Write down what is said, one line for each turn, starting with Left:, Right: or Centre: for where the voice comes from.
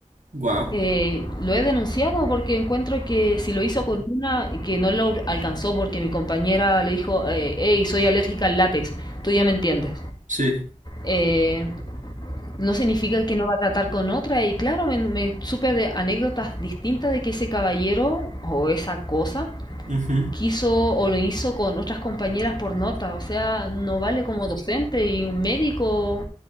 Right: Wow.
Left: Eh, lo he denunciado porque encuentro que si lo hizo con una, que no lo alcanzó porque mi compañera le dijo, eh, hey, soy alérgica al látex, tú ya me entiendes.
Right: Sí.
Left: Eh, no significa que no va a tratar con otra y claro, me, me supe de anécdotas distintas de que ese caballero o esa cosa
Right: ujú.
Left: quiso o lo hizo con otras compañeras por nota. O sea, no vale como docente y un médico,